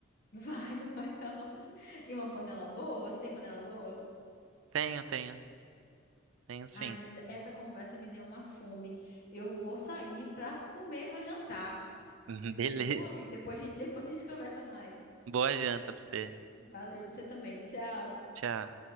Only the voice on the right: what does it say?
Tenho, tenho. Tenho sim.
<laughs> Beleza.
Boa janta pra você.
Tchau.